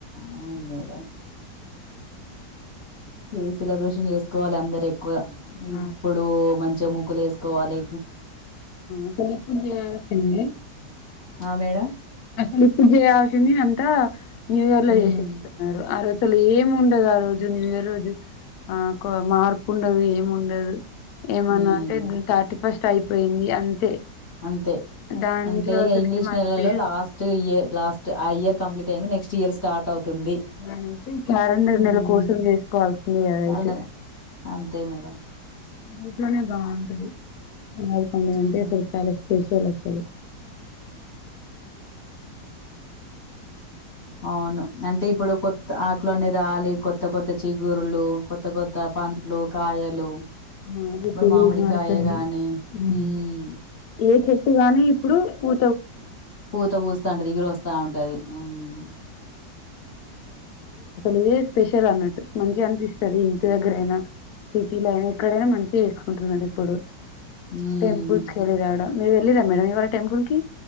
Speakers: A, on the left; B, on the left.
A: అవున్ మేడం హ్మ్ సెలబ్రేషన్ చేసుకోవాలి అందరి ఎక్కువ ఇప్పుడు
B: ఆ
A: మంచి ము గ్లేసుకోవాలి
B: అసలు ఇప్పుడు చేయాల్సింది
A: ఆ మేడం
B: అసలు ఇప్పుడు చేయాల్సింది అంతా న్యూ ఇయర్ లో
A: మ్మ్
B: జేసేస్తున్నారు ఆ రోజు అసలు ఏం ఉండదు ఆ రోజు న్యూ ఇయర్ రోజు ఆ మార్పు ఉండదు ఏం ఉండదు ఏమన్నా
A: మ్మ్
B: అంటే <unintelligible> ఫస్ట్ అయ్ పోయింది అంతే
A: అంతే
B: దాంట్లో
A: అంటే ఇక
B: అసలు
A: ఇంగ్లీష్
B: ఏం అనిపియదు
A: నెలల్లో లాస్ట్ ఇయర్ లాస్ట్ ఆ ఇయర్ కంప్లీట్ అయింది నెస్ట్ ఇయర్ స్టార్ట్ అవుతుంది
B: అనేసి క్యాలెండర్
A: హ్మ్
B: నెల కోసం చేసుకోవాల్సింది అదైతే
A: క్యాలెండర్ అంతే మేడం
B: దీట్లోనే బాగుంటది <unintelligible>
A: హ్మ్
B: చరే సరే
A: అవును అంటే ఇప్పుడు కొత్త ఆక్లన్ని రాలి కొత్త కొత్త చిగురులు కొత్త కొత్త పండ్లు కాయలు
B: <unintelligible>
A: ఇప్పుడు మామిడికాయ గాని మ్మ్
B: గానీ ఇప్పుడు <inaudible> <unintelligible>
A: పూత పూస్తా ఉంటది ఎగురు వస్తా ఉంటది మ్మ్
B: ఇదే స్పెషల్ అన్నట్టు మంచిగా అం అనిపిస్తది ఇంటి దగ్గర ఐనా సిటీలైనా ఇక్కడైనా మంచిగా చేసుకుంటున్నారు ఇప్పుడు
A: మ్మ్
B: టెంపుస్ <unintelligible> మీరు వెళ్ళరా మేడం ఇవాళ టెంపుల్ కి